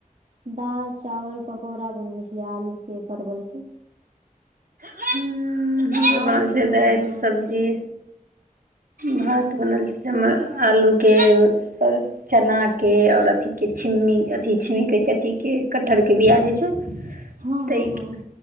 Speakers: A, on the right (about 55°); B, on the right (about 85°).
A: दाल, चावल, पकौड़ा बनने छलै आलूके, परवलके।
B: हम्म <unintelligible>
A: बारिश
B: बने
A: के
B: छै
A: मौसम
B: दाइल
A: है न
B: सब्जी
A: तै ले
B: भात बनल छिये मा-आ- आलूके और चना के और अथी के छिम्मी के अथि छिम्मी कहे छै अथी के कटहर के बिया होई छै।
A: हँ -
B: तै
A: हँ- हँ
B: के